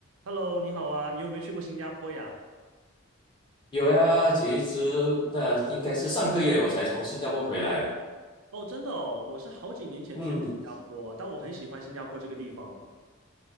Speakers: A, on the right (about 80°); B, on the left (about 25°).
A: Hello，你好啊，你有没有去过新加坡呀？
B: 有呀，其实那应该是上个月我才从新加坡回来的。
A: 哦，真的哦，我是好几年前去的新加坡，
B: 嗯
A: 但我很喜欢新加坡这个地方。